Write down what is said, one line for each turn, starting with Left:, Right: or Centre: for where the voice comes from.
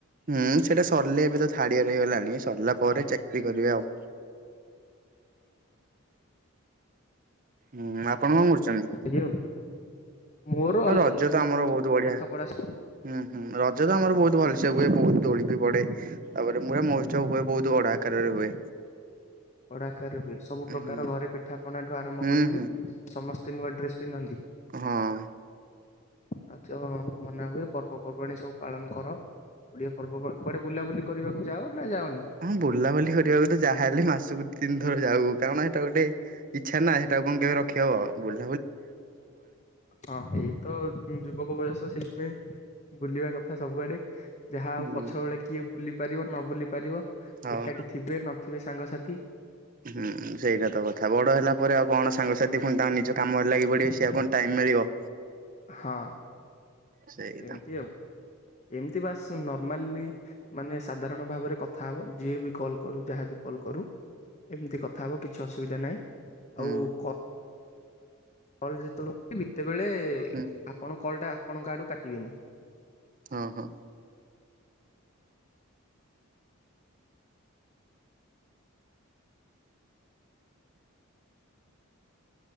Right: ହୁଁ ସେଟା ସରିଲେ ଏବେ ତ ଥାର୍ଡ ରିଡିଆ ରହିଗଲାଣି ସରିଲା ପରେ ଚାକିରି କରିବେ ଆଉ ହୁଁ ମ ଆପଣ କଣ କରୁଛନ୍ତି?
Left: ଇଏ ଆଉ ମୋର
Right: ହ
Left: ଅଲ
Right: ରଜ ତ ଆମର ବହୁତ ବଢିଆ
Left: ପାଠ ପଢା ସବୁ
Right: ହୁଁ। ହୁଁ ରଜ ତ ଆମର ବହୁତ ଭଲ ସେ ହୁଏ ବହୁତ ଦୋଳି ବି ପଡ଼େ। ତାପରେ ପୁରା ମହଉତ୍ସବ ବହୁତ ବଡ ଆକାରରେ ହୁଏ।
Left: ବଡ ଆକାରେ ହୁଏ ସବୁ ପ୍ରକାର
Right: ହୁଁ
Left: ଘରେ ପିଠାପଣା ଠୁ ଆରମ୍ଭ
Right: ହୁଁ
Left: କରିକି
Right: ହୁଁ
Left: ସମସ୍ତ‌ <unintelligible> ନୂଆ ଡ୍ରେ ପିନ୍ଧନ୍ତି।
Right: ହଁ।
Left: ରଜ ମନା ହୁଏ ପର୍ବପର୍ବାଣୀ ସବୁ ପାଳନ କର ଓଡ଼ିଆ ପର୍ବ <unintelligible> କୁଆଡେ ବୁଲା ବୁଲି କରିବାକୁ ଯାଅ। ନା ଯାଅନି?
Right: ହଁ ବୁଲାବୁଲି କରିବାକୁ ତ ଯାହା ହେଲେ ମାସକୁ ତିନି ଥର ଯାଉ କାରଣ ଏଇଟା ଗୋଟେ ଇଚ୍ଛାନା ଏଇଟା କଣ କେବେ ରଖି ହବ ବୁ
Left: ହଁ ଏଇ ତ ଯୁବକ ବୟସ ସେଇଥିପାଇଁ ବୁଲିବା କଥା ସବୁଆଡେ। ଯାହା ହଉ
Right: ହୁଁ
Left: ପଛ ବଳେ କିଏ ବୁଲି ପାରିବ ନ ବୁଲି ପାରିବ।
Right: ହଉ।
Left: ଏକାଠି ଥିବେ ନଥି ଥିବେ ସାଙ୍ଗସାଥି
Right: ହୁଁ ସେଇଟା ତ କଥା ବଡ ହେଲା ପରେ ଆଉ କଣ ସାଙ୍ଗସାଥି ପୁଣି ତାଙ୍କୁ ନିଜ କାମରେ ଲାଗି ପଡିବେ ସେଆ କଣ ଟାଇମ ମିଳିବ।
Left: ହଁ
Right: ସେଇତ
Left: ସେମତି ଆଉ ଏମିତି ବାସନ ମଲି ମାନେ ସାଧାରଣ ଭାବରେ କଥା ହେବ ଯି ଏ ବି କଲ୍ କରୁ ଯାହାବି କଲ୍ କରୁ ଏମିତି କଥା ହବ କିଛି ଆସୁ ସୁବିଧା ନାହିଁ
Right: ହୁଁ
Left: ଆଉ କ କଲ ଯେତେବେଳେ ତ <inaudible> କଲେ
Right: ହୁଁ
Left: ଆପଣ କଲ ଟା ଆପଣଙ୍କ ଆଡୁ କାଟିବେନି।
Right: ହଁ ହଁ